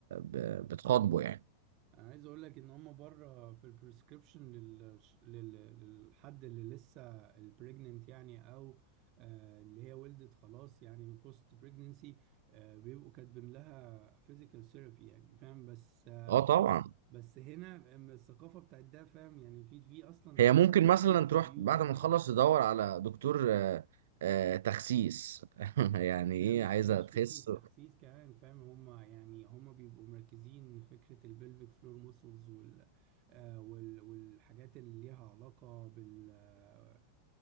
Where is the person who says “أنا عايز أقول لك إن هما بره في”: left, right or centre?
Right